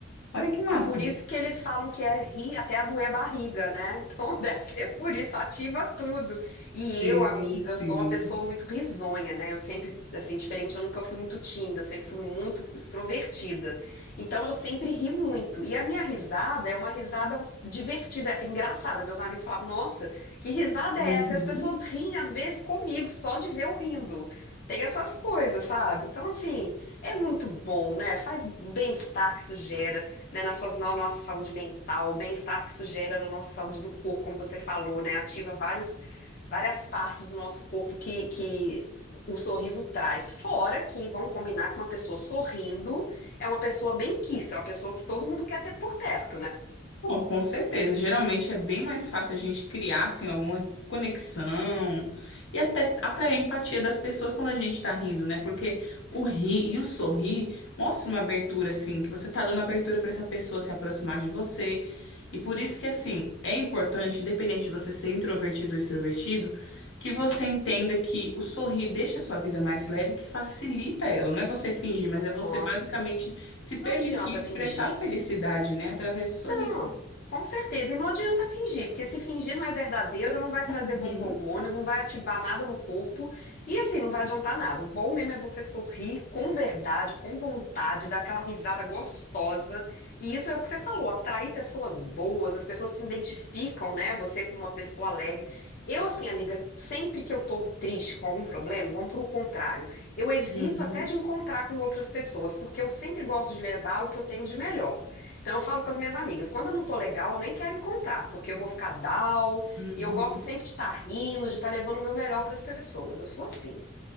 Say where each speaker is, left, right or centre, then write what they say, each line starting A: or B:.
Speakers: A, on the left; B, on the left.
A: Olha que massa.
B: É por isso que eles falam que é rir até a doer a barriga, né? Então <laughs> deve ser por isso, ativa tudo. E
A: Sim,
B: eu, amiga,
A: sim.
B: eu sou uma pessoa muito risonha, né? Eu sempre, assim, diferente, eu nunca fui muito tímida, eu sempre fui muito extrovertida. Então eu sempre ri muito. E a minha risada é uma risada divertida, é engraçada. Meus amigos falavam, nossa, que risada
A: Uhum.
B: é essa? E as pessoas riem, às vezes, comigo, só de ver eu rindo. Tem essas coisas, sabe? Então, assim, é muito bom, né? Faz bem-estar que isso gera né, na, sua- na nossa saúde mental, o bem-estar que isso gera na nossa saúde do corpo, como você falou, né? Ativa vários, várias partes do nosso corpo que, que o sorriso traz. Fora que vão combinar que uma pessoa sorrindo é uma pessoa benquista, é uma pessoa que todo mundo quer ter por perto, né?
A: Bom, com certeza. Geralmente é bem mais fácil a gente criar assim, alguma conexão e até atrair a empatia das pessoas quando a gente tá rindo, né? Porque o rir e o sorrir mostra uma abertura, assim, que você tá dando abertura pra essa pessoa se aproximar de você. E por isso que, assim, é importante, independente de você ser introvertido ou extrovertido, que você entenda que o sorrir deixa a sua vida mais leve, que facilita ela. Não é você fingir, mas é você
B: Nossa,
A: basicamente se permitir
B: não adianta
A: expressar
B: fingir.
A: a felicidade, né? Através do sorriso.
B: Não, com certeza. E não adianta fingir, porque se fingir não é verdadeiro, não vai trazer
A: Uhum,
B: bons hormônios, não vai ativar nada no corpo e assim não vai adiantar nada. O bom mesmo é você sorrir com verdade, com vontade, dar aquela risada gostosa. E isso é o que você falou, atrair pessoas boas, as pessoas se identificam, né? Você como uma pessoa alegre. Eu, assim, amiga, sempre que eu tô triste com algum problema, vamos pro contrário. Eu evito
A: uhum,
B: até de encontrar com outras pessoas, porque eu sempre gosto de levar o que eu tenho de melhor. Então eu falo com as minhas amigas, quando eu não tô legal, eu nem quero encontrar, porque eu vou ficar down,
A: uhum.
B: e eu gosto sempre de estar rindo, de estar levando o meu melhor para as pessoas. Eu sou assim.